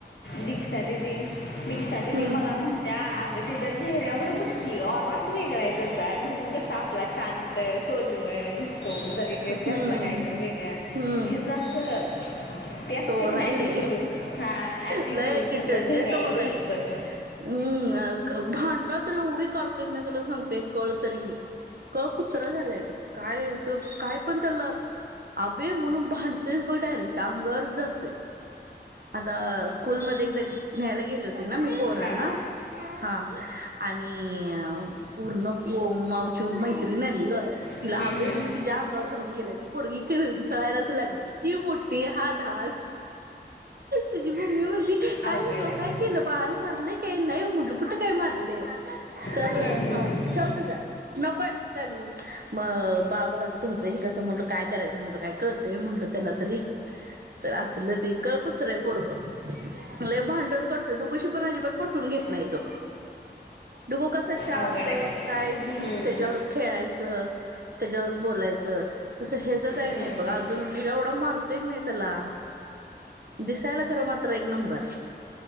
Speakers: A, on the left; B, on the right.
A: दीक्षा दिदी दीक्षा दिदी
B: हम्म
A: मला म्हणत्या आग त्याच्या चेहऱ्यावर बघकी औरा वेगळाय त्यांचा डुग्गु कसा शांत सोजवळ दिसतो जरी ड्रेस घातला
B: हम्म
A: काय तर वेगळा
B: हम्म
A: ह्याचा हम्म ते असतय
B: तोराय
A: कीनाय ॲटिट्यूड
B: लय
A: हां एटीट्यूड
B: लय ॲटिट्यूड
A: तसा चेहर्‍यावर
B: लय तोराय
A: दिसतोय.
B: हम्म भांडण तर एवढी काढतोय कनाय तुला सांगते कळ तरी. कळ कुचरा झालाय बघ काय अस काय पण पण त्याला आभे म्हणून भांडतयच बघ डायरेक्ट अंगावरच जातय. आता स्कूल मध्ये एकदा न्यायला गेली होती ना मी पोरांना
A: हां
B: हां आणि पूर्ण माऊची मैत्रीणय ग
A: हम्म,
B: तिला आभे
A: हम्म.
B: म्हणून तिच्या अंगावर धावून गेलाय ती पोरगी किंचाळायलाच लागली ती मोठी हा लहान. तुझी मम्मी म्हणाली काय
A: अवघड
B: झाल ओ
A: आहे
B: काय केल बाळान मारलय काय नाही ओ म्हटल कुठे काय मारलय. तर
A: हम्म, हम्म,
B: हां
A: हम्म.
B: ठेव तिथ. नकोय मग बाळ बघा की तुमच हे कस म्हणल काय करायच म्हणतो काय कर. ते म्हणल त्याला तरी. तर असल ते कळ कुचरय पोरग लय भांडण त्या डुग्गुशी पण अजिबात पटवून घेत नाही तो डुग्गु कस- कसा शांत
A: अवघड आहे
B: काय देईल
A: हम्म,
B: त्याच्यावरच. खेळायच त्याच्यावरच बोलायच तस ह्याच काही
A: हम्म.
B: नाही बघा अजून मी एवढ मारत ते की नाही त्याला. दिसायला खर मात्र एक नंबर आहे.